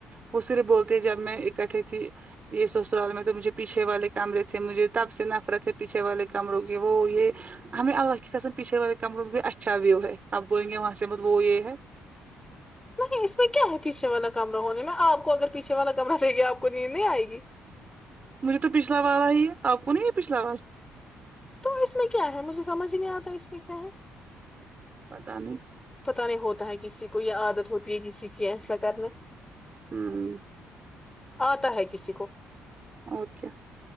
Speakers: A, on the right; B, on the left.
A: وہ صرف بولتے جب میں اکٹھے تھی یہ سسرال میں تو مجھے پیچھے والے کمرے تھے مجھے تب سے نفرت ہے پیچھے والے کمروں کی وہ یہ ہمیں اللہ کی قسم پیچھے والے کمروں میں بھی اچھا ویو ہے اب بولیں گے وہاں سے مت وہ یہ ہے
B: نہیں اس میں کیا ہے پیھے والا کمرہ ہونے میں آپ کو اگر پیھے والا کمرا دے گے آپ کو نیند نہیں آئے گی
A: مجھے تو پچھلا والا ہی ہے آپ کو نہیں ہے پچھلا وال
B: تو اس میں کیا ہے مجھے سمجھ ہی نہیں آتا اس میں کیا ہے
A: پتا نہیں
B: پتا نہیں ہوتا ہے کسی کو یا عادت ہوتی ہے کسی کی ایسا کرنا
A: ہوں ہوں
B: آتا ہے کسی کو
A: اور کیا